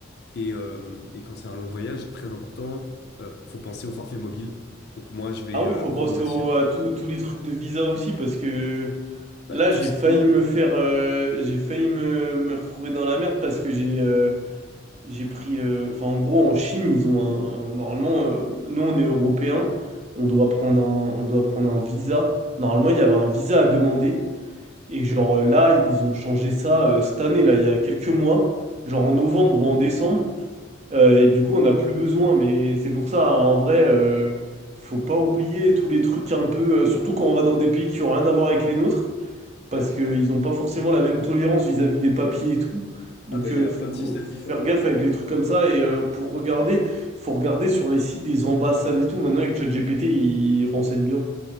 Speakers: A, on the left; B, on the right.
A: Et, euh, et quand c'est un long voyage, très important, euh, faut penser au forfait mobile. Donc moi, je vais
B: Ah oui,
A: euh,
B: faut
A: prendre
B: penser
A: aussi
B: au-
A: un-
B: à tous tous les trucs de visa aussi, parce que
A: bah,
B: là,
A: tout
B: j'ai
A: ce
B: failli
A: qui est...
B: me faire, euh, j'ai failli me, me retrouver dans la merde parce que j'ai euh, j'ai pris, euh, enfin, en gros, en Chine, ils ont un, un- normalement, euh, nous, on est européens, on doit prendre un, on doit prendre un visa. Normalement, il y avait un visa à demander. Et genre euh, là, ils ont changé ça euh, cette année, là, il y a quelques mois, genre en novembre ou en décembre. Euh, et du coup, on n'a plus besoin. Mais c'est pour ça, hein, en vrai, euh, faut pas oublier tous les trucs un peu, euh, surtout quand on va dans des pays qui ont rien à voir avec les nôtres, parce
A: Ouais.
B: qu'ils n'ont pas forcément la même tolérance vis-à-vis des papiers et tout. Donc,
A: Ah bah il
B: euh,
A: y a
B: faut,
A: plein de systèmes
B: faut
A: différents,
B: faire gaffe
A: ouais.
B: avec les trucs comme ça. Et euh, pour regarder, faut regarder sur les sites des ambassades et tout. Maintenant, avec ChatGPT, il renseigne bien.